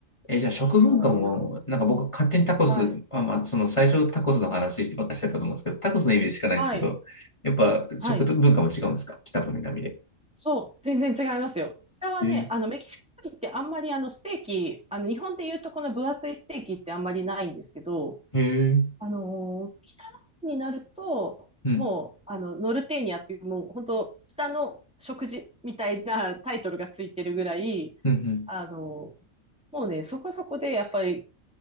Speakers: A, on the left; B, in the centre.
A: え、じゃあ食文化も、
B: う。だからね、な、
A: なんか僕勝手にタコス、
B: はい。
A: まあ、まあ、その最初タコスの話してばっかりしてたと思うんですけど、タコスのイメージしかないんですけど、
B: はい、
A: やっぱ食文化も違うんですか北と南で。
B: はい。そう、全然違いますよ。北はね、
A: えー、
B: あの、メキシコ料理ってあんまりあの、ステーキ、あの、日本で言うとこの分厚いステーキってあんまりないんですけど、
A: へえ、
B: あのー北の方になると、
A: うん、
B: もう、あの、ノルテーニアっていう、もう、本当北の食事みたいなタイトルがついてるぐらい、
A: うん、うん、
B: あのーもうね、そこそこで、やっぱり、